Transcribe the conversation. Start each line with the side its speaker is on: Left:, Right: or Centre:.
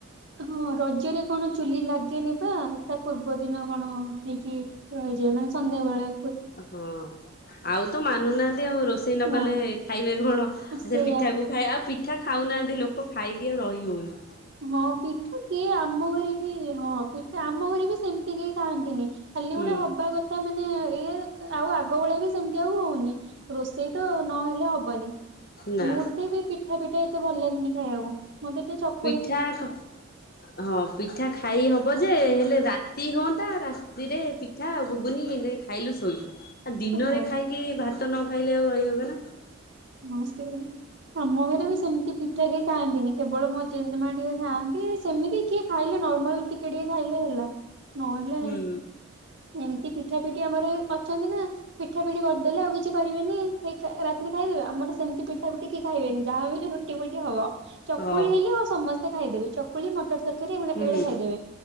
Right: ହଁ ରଜରେ କଣ ଚୁଲି ଲାଗେନି ବା, ତା ପୂର୍ବ ଦିନ କଣ ହେଇକି ରହିଯାଏ ମାନେ ସନ୍ଧ୍ୟାବେଳେ।
Left: ହଁ ଆଉ ତ ମାନୁନାହାନ୍ତି ଆଉ ରୋଷେଇ ନ କଲେ
Right: ନା
Left: ଖାଇବେ କଣ
Right: ସେଇଆ
Left: ସେ ପିଠା କୁ ଖାଏ ଆଉ ପି ଠା ଖାଉନାହାନ୍ତି ଲୋକ ଖାଇକି ଆଉ ରହି ହୋଉନି।
Right: ହଁ ପିଠା କିଏ ଆମ ଘରେ ବି ହଁ ପିଠ ଆମ ଘରେ ବି ସେମିତି କେହି ଖାଆନ୍ତିନି ଖାଲି
Left: ହୁଁ
Right: ଗୋଟେ ହବା କ ତା ମାନେ ଇଏ, ଆଉ ଆଗ ବଳିଆ ବି ସେମିତି ଆଉ ହୋଉନି ରୋଷେଇ ତ ନହେଲେ ହବନି
Left: ନା
Right: ମତେ ବି ପିଠା ପିଠା ଏତେ ଭଲ ଲାଗନି ଖାଇବାକୁ ମତେ ତ ଚକ୍
Left: ପିଠା କ ହଁ ପିଠା ଖାଇ ହବ ଯେ ହେଲେ ରାତି ହୁଅନ୍ତା ରାତିରେ ପିଠା ଘୁଗୁନି ଖାଇଲୁ ଶୋଇଲୁ ଆଉ ଦିନରେ
Right: ହଁ
Left: ଖାଇକି ଭାତ ନ ଖାଇଲେ ଆଉ ରହିହବନା।
Right: ନମସ୍େ <unintelligible> ଆମ ଘରେ ବି ସେମିତି ପିଠା କେହି ଖାଆନ୍ତିନି କେବଳ ମୋ ଜେଜେମା ଟିକେ ଖାଆନ୍ତି ସେମିତି କିଏ ଖାଇଲେ ନର୍ମାଲ୍ ଟିକେ ଟିକେ ଖାଇଲେ ହେଲା ନହେଲେ
Left: ହୁଁ।
Right: ଏମିତି ପିଠା ପିଠି ଆମର ଅଛନ୍ତିନା ପିଠା ପିଠି କରିଦେଲେ ଆଉ କିଛି କରିବେନି ସେ ରାତିରେ ଖାଇଦବେ ଆମର ସେମିତି ପିଠା ପିଠି ଖାଇବେନି ଯାହା ହେଲେ ରୁଟି ଫୁଟି ହବ ଚକୁଳି
Left: ହଁ
Right: ହେଲେ ଆଉ ସମସ୍ତେ ଖାଇଦେବେ ଚକୁଳି ମ ତରକାରୀ ଏଗୁଡ଼ାକ
Left: ହୁଁ
Right: ଖାଇଦେବେ